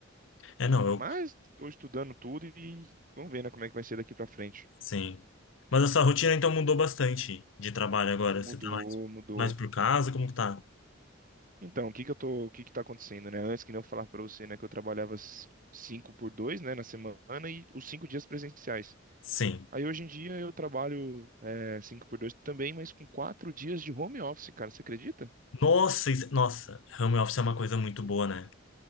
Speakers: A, on the left; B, on the right.
A: É, não, eu,
B: Mas tô estudando tudo e vamos ver, né, como é que vai ser daqui pra frente.
A: sim. Mas essa rotina então mudou bastante de trabalho agora.
B: Mudou,
A: Você tá mais,
B: mudou.
A: mais por casa? Como que tá?
B: Então, o que que eu tô, o que que tá acontecendo, né? Antes que nem eu falar pra você, né, que eu trabalhava s- cinco por dois, né, na semana e os cinco dias presenciais.
A: Sim.
B: Aí hoje em dia eu trabalho é, cinco por dois também, mas com quatro dias de home office, cara, você acredita?
A: Nossa, isso- nossa, home office é uma coisa muito boa, né?